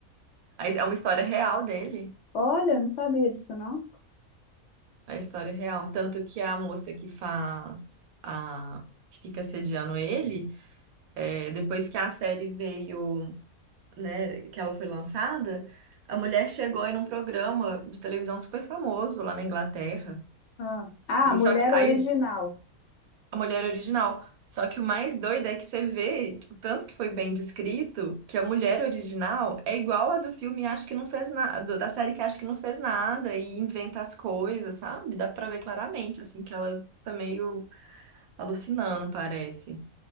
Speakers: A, on the right; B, on the left.
A: Aí É uma história real dele,
B: Olha, não sabia disso, não.
A: É a história real. Tanto que a moça que faz a que fica sediando ele, É, depois que a série veio, né, que ela foi lançada, a mulher chegou em um programa de televisão super famoso lá na Inglaterra.
B: Ah, ah,
A: E
B: mulher
A: só que aí
B: original.
A: a mulher original. Só que o mais doido é que você vê o tanto que foi bem descrito que a mulher original é igual a do filme Acho que não fez nada, da série que Acho que não fez nada e inventa as coisas, sabe? Dá pra ver claramente assim que ela tá meio alucinando, parece.